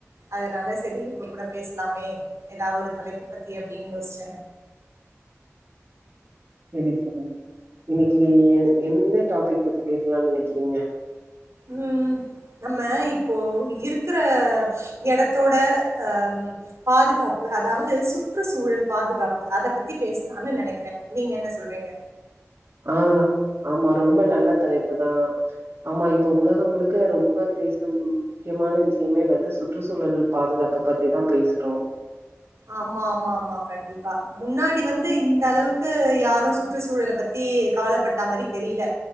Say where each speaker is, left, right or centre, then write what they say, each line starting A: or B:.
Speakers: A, on the right; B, on the right.
A: அதனால செரி ஒங்க கூட பேசலாமே எதா ஒரு தலைப்ப பத்தி அப்டின் யோசிச்சே
B: சேரி சேரி இன்னக்கி எந்த டாபிக் பத்தி பேசலான் நெனைக்கிறீங்க
A: ம் நம்ம இப்போ இருக்ற எடத்தோட ஆ பாதுகாப்பு அதாவது சுற்று சூழல் பாதுகாப்பு அத பத்தி பேசலான் நெனைக்கிறே நீங்க என்ன சொல்றீங்க
B: ஆ ஆமா ரொம்ப நல்ல தலைப்பு தா ஆமா இப்ப உலகம் முழுக்க ரொம்ப பேசுற முக்கியமான விஷயமே வந்து சுற்றுச்சூழல் பாதுகாப்பு பத்தி தா பேசுறோ
A: ஆமாமாமா கண்டிப்பா முன்னாடி வந்து இந்தளவுக்கு யாரு சுற்றுச்சூழல ப த்தி கவலப்பட்டா மாரி தெரில்ல